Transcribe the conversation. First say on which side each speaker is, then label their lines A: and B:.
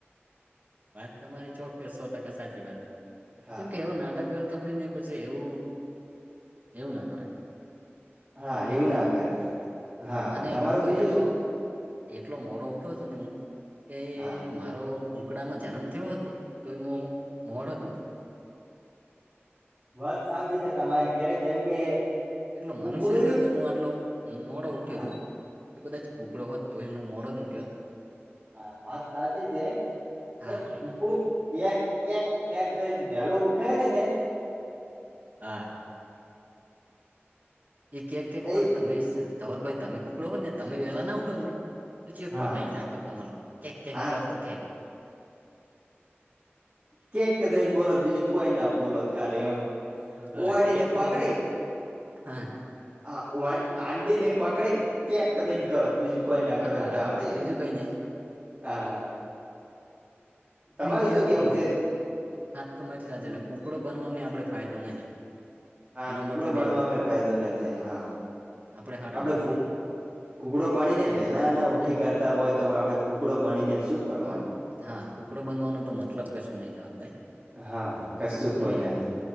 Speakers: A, on the right; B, on the right.
A: વાત તમારી ચોક્કસ સો ટકા સાચી વાત
B: હા
A: જેમ
B: હા
A: કે એવો નાટક કરતોો ઈ પછી એવું એવું ના કરે
B: હા એવું ના કરે હા
A: અને
B: તમારું
A: હું તો
B: બીજું
A: એટલો એટલો મોડો ઉઠો છ ને હું કે
B: હા
A: મારો કુકડામાં જન્મ થયો હોત ને તો એમાં મોડદ ઉઠ
B: વાત સાચી
A: હાલો
B: છે તમારી ખેડત જેમ કે
A: એટલો મનુષ્ય
B: કુકડું
A: છેવ
B: રહ્યું
A: તો હું આટલો મોડો ઉઠ્યો
B: હા
A: છું ત કદાચ કુકડો હોત તો એ હું મોો દૂઠ
B: હા વાત ચાલતી છે
A: હા
B: એમ કકડું કેક કેક કકઈ વહેલો ઉઠે ને ને
A: હા એ કેક કેક
B: એ
A: પણ તમે ધવલભાઈ તમે કુકડો હોત ને તમે વેલા ના ઉઠો ને ત ચ
B: હા
A: પટાઈ નાખો તને કેક કેક
B: હા
A: કરતો કે
B: કેક જઈને બોલોત બીજું કોઈ ના બોલોત કાલે એમ
A: હા
B: ઉવાડી તો પકડ
A: કેક હા
B: આંડેથી પકડીને ક્યાંક કઈને કરો બીજું કોઈ ના
A: હા
B: કરો તો આપડે
A: બીજું કઈ નઈ
B: હા તમારું
A: કેકમ
B: શું કેવું છે
A: હા તમારી સાથે કુકડો બનવામાં આપડે ફાયદો નહી
B: હા
A: એનો
B: કુકડો
A: મતલબ
B: બણવા
A: એવો થયો
B: અમે ફાયદો નથી છે હા
A: આપડે હાટ
B: આપડ
A: મારી ગઈ
B: કુકડો બનીને વહેલા ના ઉઠી કરતા હોય તો આપડણે કુકડો બનીને શું કરવાનું
A: હા હા કુકડો બનવાનો તો મતલબ કશું નહી તમા ભાઈ
B: હા કશું
A: હમ
B: કોઈ નહી